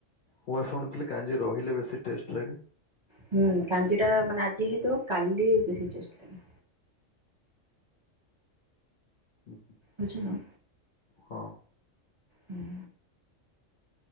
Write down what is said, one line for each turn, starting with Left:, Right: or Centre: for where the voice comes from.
Left: ମୁଁ ଶୁଣିୁଥିଲି କାଞ୍ଜି ରହିଲେ ବେଶ ଟଷ୍ଟ ଲାଗେ।
Right: ହୁଁ କାଞ୍ଜିୁ ଟା ମାନେ ଆଜି ହତୁ କାଲି ବେଶୀ ଟେଷ୍ଟ ଲାଗେ।
Left: ହୁଁ।
Right: ବୁଝିଲ।
Left: ହଁ।
Right: ହୁଁ।